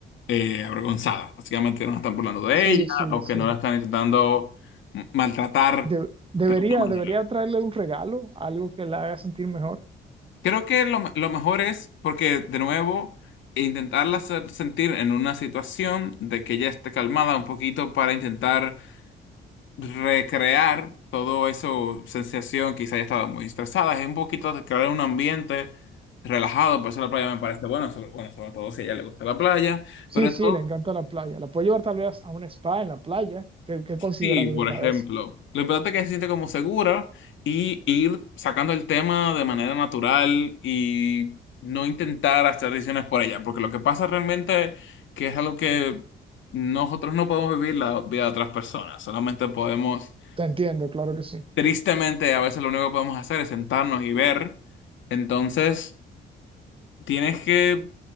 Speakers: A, on the left; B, on the right.
A: eh, avergonzada. Básicamente no están burlando de
B: Sí,
A: ella
B: sí,
A: o
B: sí.
A: que no la están intentando m- maltratar
B: De- debería,
A: de alguna
B: debería
A: manera.
B: traerle un regalo, algo que la haga sentir mejor.
A: Creo que lo, me- lo mejor es, porque de nuevo, intentarla hacer sentir en una situación de que ella esté calmada un poquito para intentar recrear todo eso, sensación, quizá haya estado muy estresada, es un poquito de crear un ambiente relajado, por eso la playa me parece bueno, sobre, bueno, sobre todo si a ella le gusta la playa,
B: Sí,
A: pero esto
B: sí, le encanta la playa. La puedo llevar tal vez a un spa en la playa. ¿Qué, qué consideras
A: Sí,
B: acerca
A: por ejemplo.
B: de eso?
A: Lo importante es que se siente como segura y ir sacando el tema de manera natural y no intentar hacer decisiones por ella, porque lo que pasa realmente que es algo que nosotros no podemos vivir la vida de otras personas, solamente podemos,
B: Te entiendo, claro que sí.
A: tristemente, a veces lo único que podemos hacer es sentarnos y ver. Entonces, tienes que